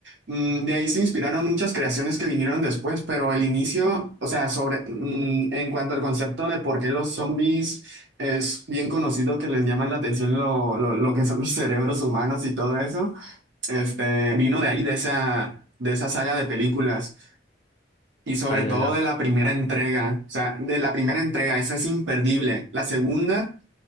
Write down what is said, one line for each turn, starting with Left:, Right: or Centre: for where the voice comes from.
Right: mm, de ahí se inspiraron muchas creaciones que vinieron después, pero el inicio, o sea, sobre, mm, en cuanto al concepto de por qué los zombies es bien conocido que les llaman la atención lo, lo, lo que son los cerebros humanos y todo eso, este, vino de ahí, de esa, de esa saga de películas. Y sobre
Left: Ah, ya,
Right: todo
Left: ya.
Right: de la primera entrega, o sea, de la primera entrega, esa es imperdible. La segunda,